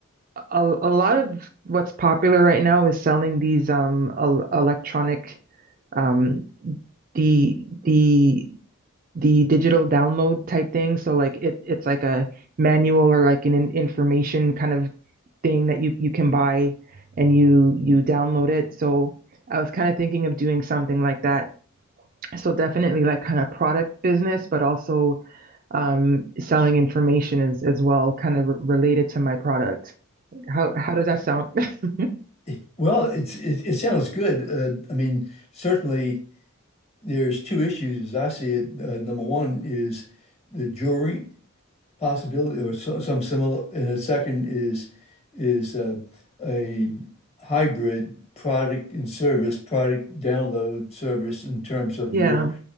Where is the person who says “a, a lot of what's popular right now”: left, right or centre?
Right